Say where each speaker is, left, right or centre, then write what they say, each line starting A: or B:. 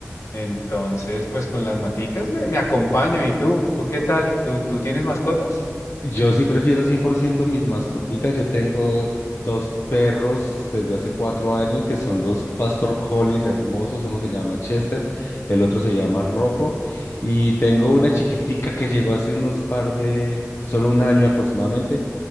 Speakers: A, on the left (about 80°); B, on the left (about 60°).
A: entonces pues con las maticas me, me acompaño. ¿Y tú? ¿Tú qué tal? ¿Tú, tú tienes mascotas?
B: Yo sí prefiero 100% mis mascoticas. Yo tengo dos perros desde hace cuatro años que son dos pastor collies hermosos. Uno se llama Chester, el otro se llama Rocco. Y tengo una chiquitica que llegó hace unos par de, solo un año aproximadamente,